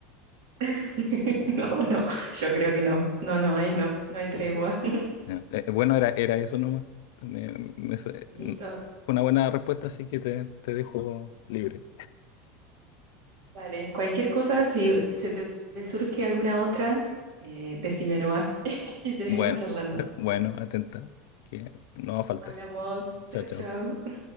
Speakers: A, on the right (about 70°); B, on the left (about 70°).
A: <laughs> No, no, yo creo que no. No, no, ahí no, no hay tregua. <laughs>
B: Ya. Eh, eh, bueno, era, era eso nomás. Me- me sa-
A: Listo,
B: n- fue una buena respuesta, así que te, te dejo libre.
A: vale. Cualquier cosa, si se te, te surge alguna otra, eh, decime nomás <laughs> y seguimos
B: Bueno,
A: charlando.
B: bueno, atenta, que no va a faltar.
A: Hablamos. Chau,
B: Chao, chao.
A: chau.